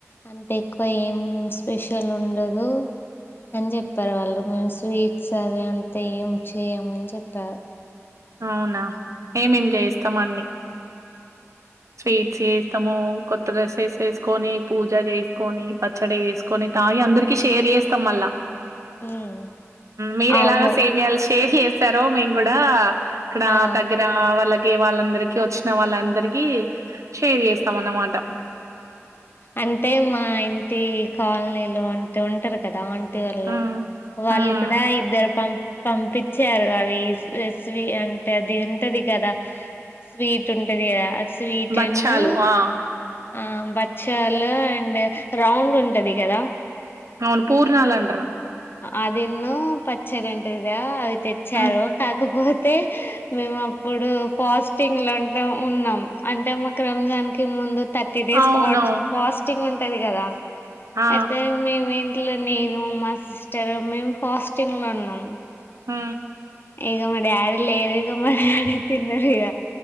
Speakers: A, on the left; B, on the right.
A: అంటే ఎక్కువ ఏమ్ ఉ స్పెషల్ ఉండదు అని చెప్పార్ వాళ్ళు మేము స్వీట్స్ అవి అంత ఏం చేయమని చెప్పారు
B: అవునా ఏమేం
A: ఉ
B: చేయిస్తామ అన్ని స్వీట్స్ వేస్తాము. కొత్త డ్రెస్సెస్ వేసుకొని పూజ చేసుకొని పచ్చడి వేసుకొని తావి అందరికి షేర్ చేస్తాం మళ్ళా.
A: ఉమ్
B: మీరు ఎలాగ
A: అవును
B: సేమీయాలు చేయాల్సి ఏసీ చేస్తార మేము కూడా కడా
A: ఆ
B: తగరా వాళ్ళ తె వాళ్ళందరికి వచ్చిన వాళ్ళందరికి షేర్ చేస్తాం అన్నమాట.
A: అంటే మా ఇంటి కాలనీలు అంటే అ ఉంటారు కదా అంట వాళ్ళ
B: హ్మ్.
A: వాళ్ళు
B: హ్మ్.
A: కూడా ఇద్దరు పంపి పంపించారు అవి స్వీ అంటే అది ఉంటది, కదా స్వీట్ ఉంటది కదా అది. స్వీట్
B: బచ్చాలు
A: ను
B: ఆ
A: ఆ బచ్చాలు అండ్ రౌండ్ ఉంటది కదా.
B: అవును పూర్ణాలంటారు
A: అదిన్నో పచ్చడి ఉంటది తెచ్చారు
B: హ్మ్.
A: కాకపోతే మేము అప్పుడు ఫాస్టింగ్లు ఉంటాం ఉన్నాం. అంటే మా రంజన్ ముందు థర్టీ డేస్
B: అవునవును.
A: స్పాట్ ఫాస్టింగ్ ఉ ఉంటది కదా
B: ఆ!
A: అయితే మీ మీ ఇంట్లో నేను మా సిస్టర్ మేము ఫాస్టింగ్ లో ఉన్నాం.
B: ఉ
A: ఇగ మా డాడీ లేరు ఇగ మా డాడీ తిన్నారు ఇగ.